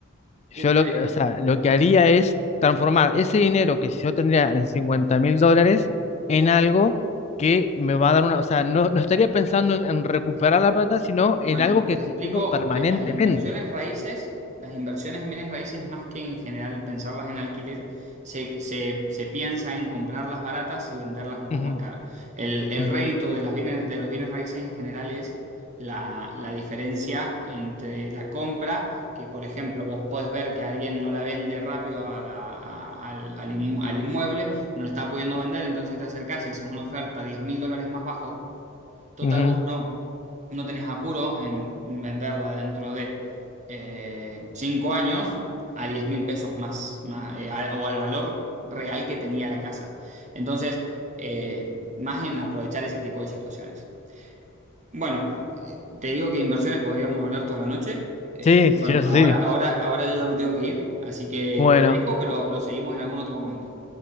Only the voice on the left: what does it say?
yo lo que, o sea, lo que haría es transformar ese dinero que yo tendría en cincuenta mil dólares en algo que me va a dar una, o sea, no, no estaría pensando en, en recuperar la plata, sino en
algo que
lo tengo permanentemente.
Ujú,
ujú,
ujú, ujú.
Sí,
sí, eso
sí.
Bueno,